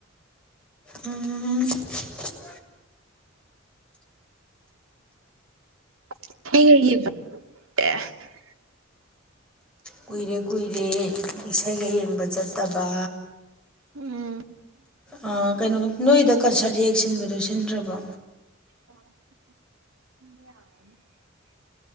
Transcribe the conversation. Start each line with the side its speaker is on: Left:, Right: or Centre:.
Centre: ꯎꯝ <unintelligible>
Right: <unintelligible>
Centre: ꯀꯨꯏꯔꯦ ꯀꯨꯏꯔꯦ ꯏꯁꯩꯒ ꯌꯦꯡꯕ ꯆꯠꯇꯕ
Right: ꯎꯝ
Centre: ꯑ ꯀꯩꯅꯣ ꯅꯣꯏꯗ ꯀꯟꯁꯔꯠ ꯍꯦꯛ ꯍꯦꯛ ꯁꯤꯟꯕꯗꯣ ꯁꯤꯟꯗ꯭ꯔꯕꯣ
Right: <inaudible>